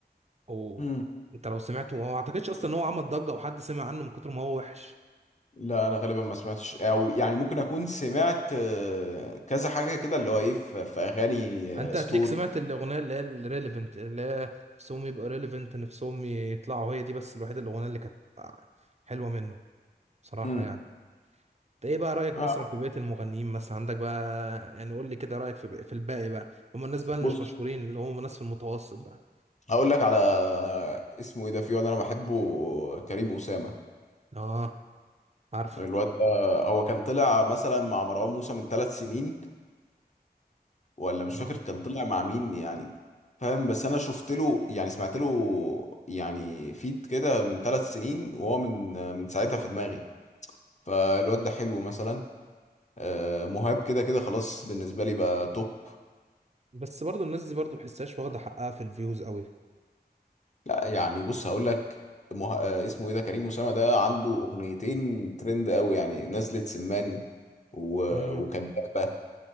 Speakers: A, on the right; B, on the left.
A: وانت
B: امم
A: لو سمعته ما اعتقدش اصلا ان هو عمل ضجه وحد سمع عنه من كتر ما هو وحش
B: لا انا غالبا ما سمعتش او يعني ممكن اكون سمعت آه، كذا حاجه كده اللي هو ايه في في اغاني آه،
A: انت
B: ستوري
A: هتليك سمعت الاغنيه اللي هي الريليفنت اللي هي نفسهم يبقى ريليفنت نفسهم يطلعوا هي دي بس الوحيده الاغنيه اللي كانت حلوه منه بصراحه
B: امم
A: يعني ايه بقى رأيك
B: آه،
A: مثلا في بقية المغنيين مثلا عندك بقى يعني قول لي كده رأيك في في الباقي بقى هم الناس بقى اللي
B: بص
A: مش مشهورين اللي هم الناس في المتوسط بقى
B: هقول لك على اسمه ايه ده في واد انا بحبه كريم اسامه
A: اه عارفه
B: الواد ده هو كان طلع مثلا مع مروان موسى من ثلاث سنين ولا مش
A: اه
B: فاكر كان طلع مع مين يعني فاهم بس انا شفت له يعني سمعت له يعني فيد كده من ثلاث سنين وهو من آه، من ساعتها في دماغي فالواد ده حلو مثلا آه، مهاب كده كده خلاص بالنسبه لي بقى توب
A: بس برضو الناس دي برضو بحسهاش واخدة حقها في الفيوز قوي
B: لا يعني بص هقول لك مه... آه، اسمه ايه ده كريم اسامه ده عنده اغنيتين ترند قوي يعني نزلة سمان و...
A: امم
B: وكدابه